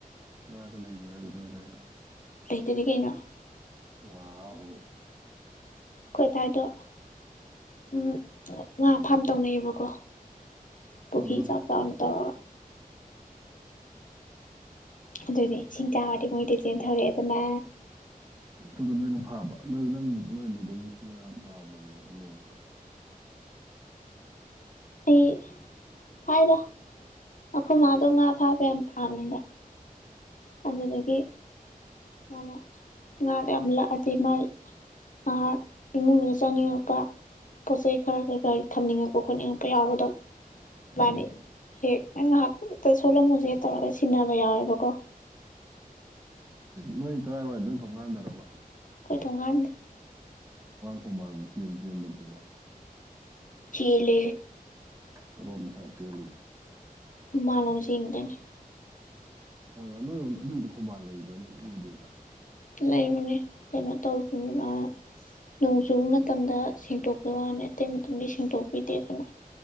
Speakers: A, on the right (about 20°); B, on the left (about 60°).
A: ꯉꯥꯒ ꯂꯩꯕ꯭ꯔ ꯍꯥꯏꯁꯦ ꯅꯣꯏ ꯗꯥꯏꯗꯣ
B: ꯂꯩꯇꯗꯤ ꯀꯩꯅꯣ
A: ꯋꯥꯎ
B: ꯑꯩꯈꯣꯏ ꯑꯗꯨꯗꯥꯏꯗ ꯎꯝ ꯉꯥ ꯐꯥꯝ ꯇꯧꯅꯩꯌꯦꯕꯀꯣ ꯄꯨꯈ꯭ꯔꯤ
A: ꯑꯥ
B: ꯆꯥꯎ ꯆꯥꯎꯅ ꯇꯧꯔꯒ ꯑꯗꯨꯗꯤ ꯏꯁꯤꯡ ꯃꯣꯏꯗꯤ ꯆꯦꯟꯊꯔꯛꯑꯦꯗꯅ
A: ꯑꯗꯨꯗ ꯅꯣꯏꯅ ꯐꯥꯕ ꯅꯣꯏ ꯅꯪ ꯂꯨꯛ ꯅꯣꯏ ꯑꯗꯨꯗ ꯑꯃꯨꯛꯈꯤ ꯉꯥ ꯐꯕ꯭ꯔꯅꯦ ꯅꯪ ꯃꯨꯛꯇ
B: ꯑꯩ ꯐꯥꯏꯗ ꯑꯩꯈꯣꯏ ꯃꯥꯗꯣ ꯉꯥ ꯐꯥꯕ ꯌꯥꯝ ꯄꯥꯃꯦꯗ ꯑꯗꯨꯗꯒꯤ ꯃꯥꯅ ꯉꯥꯗ ꯌꯥꯝ ꯂꯥꯛꯑꯗꯤ ꯃꯥꯥꯏ ꯉꯍꯥꯛ ꯏꯃꯨꯡꯗꯨ ꯆꯥꯅꯤꯡꯉꯛꯄ ꯄꯣꯠ ꯆꯩ ꯈꯔ ꯀꯩꯀꯔꯤ ꯊꯝꯅꯤꯡꯉꯛꯄ ꯈꯣꯠꯅꯤꯡꯉꯛꯄ ꯌꯥꯎꯕꯗꯣ ꯏꯕꯥꯅꯤ
A: ꯎꯝ
B: ꯍꯦꯛ ꯅ ꯉꯥꯏꯍꯥꯛꯇ ꯁꯣꯂꯝꯃꯨꯁꯦ ꯍꯦꯛ ꯇꯧꯔꯒ ꯁꯤꯟꯅꯕ ꯌꯥꯎꯋꯦꯕꯀꯣ
A: ꯅꯣꯏ ꯀꯔꯥꯏꯋꯥꯏꯗ ꯅꯣꯏ ꯊꯣꯡ ꯒꯥꯟꯗꯔꯕ
B: ꯑꯩꯈꯣꯏ ꯊꯣꯡꯒꯥꯥꯟ
A: ꯍꯣꯔꯃꯥꯡꯕꯨ ꯆꯦꯟ ꯆꯦꯟꯗꯕꯗꯕ
B: ꯆꯦꯜꯂꯦ
A: ꯀꯔꯣꯝ ꯁꯥꯠꯂ ꯆꯦꯜꯂꯤꯕ
B: ꯃꯥꯃꯥꯡ ꯂꯣꯝ ꯆꯦꯟꯈꯤꯗꯣꯏꯅꯤ
A: ꯑ ꯅꯣꯏ ꯑꯗꯨꯒꯤꯗꯤ ꯈꯣꯡꯕꯥꯜ ꯂꯩꯕ꯭ꯔꯥꯅꯦ ꯎꯗꯦꯗ
B: ꯂꯩꯕꯅꯤ ꯀꯩꯅꯣ ꯇꯧꯕꯅꯤ ꯃꯥ ꯅꯣꯡ ꯆꯨꯕ ꯃꯇꯝꯗ ꯁꯦꯡꯇꯣꯛꯄ ꯋꯥꯅꯤ ꯑꯇꯩ ꯃꯇꯝꯗꯤ ꯁꯦꯡꯇꯣꯛꯄꯤꯗꯦ ꯑꯗꯨꯅ